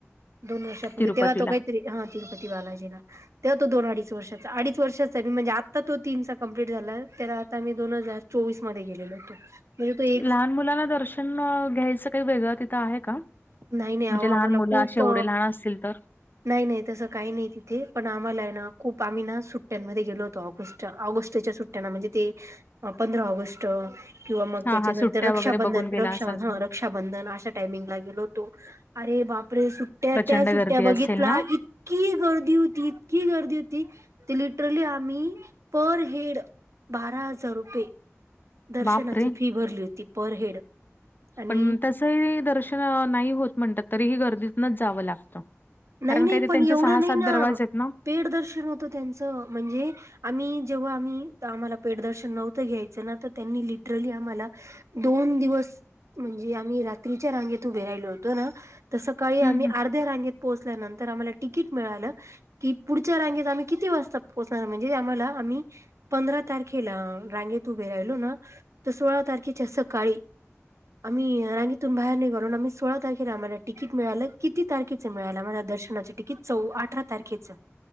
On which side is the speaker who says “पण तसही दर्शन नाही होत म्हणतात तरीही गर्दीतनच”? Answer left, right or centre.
Left